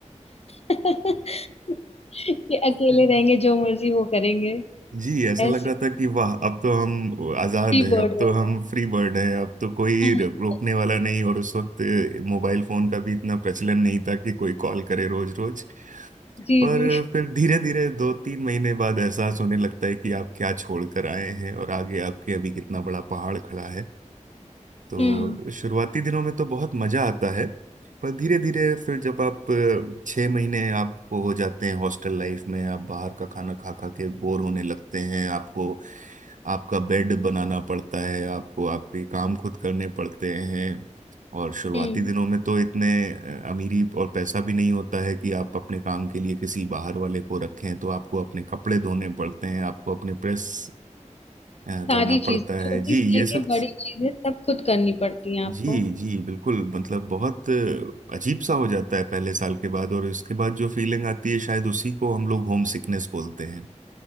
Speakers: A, on the left; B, on the right.
A: <laughs> कि अकेले
B: <laughs>
A: रहेंगे जो मर्जी वो करेंगे
B: जी ऐसा लग
A: ऐसे
B: रहा था कि वाह अब तो हम आजाद
A: फ्री
B: हैं
A: बर्ड
B: अब तो
A: हो गए
B: हम फ्री बर्ड हैं अब तो कोई
A: <laughs>
B: रो- रोकने वाला नहीं और उस वक्त मोबाइल फोन का भी इतना प्रचलन नहीं था कि कोई कॉल करे रोज रोज
A: जी
B: पर
A: जी
B: फिर धीरे धीरे दो तीन महीने बाद एहसास होने लगता है कि आप क्या छोड़ कर आए हैं और आगे आपके अभी कितना बड़ा पहाड़ खड़ा है तो
A: हम्म
B: शुरुआती दिनों में तो बहुत मजा आता है पर धीरे धीरे फिर जब आप अ, छह महीने आपको हो जाते हैं हॉस्टल लाइफ में आप बाहर का खाना खा खा के बोर होने लगते हैं आपको आपका बेड बनाना पड़ता है आपको आपके काम खुद करने पड़ते हैं और शुरुआती
A: हम्म
B: दिनों में तो इतने अ, अमीरी और पैसा भी नहीं होता है कि आप अपने काम के लिए किसी बाहर वाले को रखें तो आपको अपने कपड़े धोने पड़ते हैं आपको अपने प्रेस अ,
A: सारी
B: करना
A: चीज
B: पड़ता है
A: छोटी
B: जी
A: से लेके
B: ये सब
A: बड़ी चीजें सब खुद करनी पड़ती हैं आपको
B: जी जी बिल्कुल मतलब बहुत अजीब सा हो जाता है पहले साल के बाद और इसके बाद जो फीलिंग आती है शायद उसी को हम लोग होम सिकनेस बोलते हैं